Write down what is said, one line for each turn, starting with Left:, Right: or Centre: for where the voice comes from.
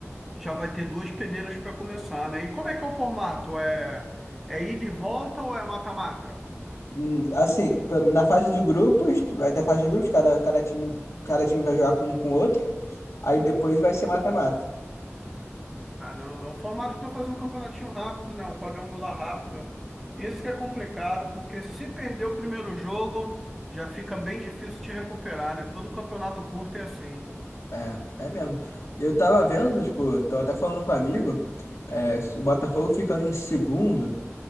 Centre: já vai ter duas peneiras para começar, né? E como é que é o formato? É, é ida e volta ou é mata-mata?
Left: Hum, Assim, pra- na fase de grupos, vai ter fase de grupos, cada, cada time, cada time vai jogar com com o outro, aí depois vai ser mata-mata.
Centre: Caramba, é um formato para fazer um campeonatinho rápido, né? Um quadrangular rápido. Isso que é complicado, porque se perder o primeiro jogo, já fica bem difícil te recuperar, né? Todo campeonato curto é assim.
Left: É, é mesmo. Eu tava vendo, tipo, tava até falando com um amigo, é, se o Botafogo ficando em segundo,